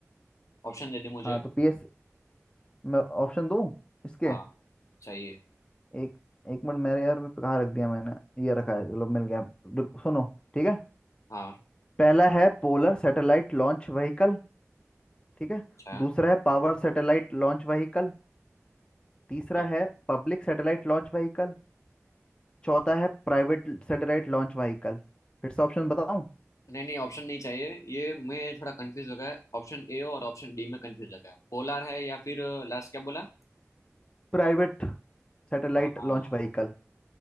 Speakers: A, on the left; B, on the left.
A: ऑप्शन दे दे मुझे
B: हाँ तो पीएस मैं ऑप्शन दूं इसके
A: हाँ चाहिए
B: एक एक मिनट मेरे यार मैं कहाँ रख दिया मैंने ये रखा है चलो मिल गया रुको, सुनो ठीक है
A: हाँ
B: पहला है पोलर सैटेलाइट लॉन्च व्हीकल ठीक है
A: अच्छा
B: दूसरा है पावर सैटेलाइट लॉन्च व्हीकल तीसरा
A: ठीक
B: है
A: है
B: पब्लिक सैटेलाइट लॉन्च व्हीकल चौथा है प्राइवेट सैटेलाइट लॉन्च व्हीकल फिर से ऑप्शन बताऊं
A: नहीं नहीं ऑप्शन नहीं चाहिए ये मैं थोड़ा कंफ्यूज हो गया ऑप्शन ए और ऑप्शन डी में कंफ्यूज हो गया पोलार है या फिर लास्ट क्या बोला
B: Private satellite
A: हाँ हाँ,
B: launch
A: हाँ।
B: vehicle
A: हाँ।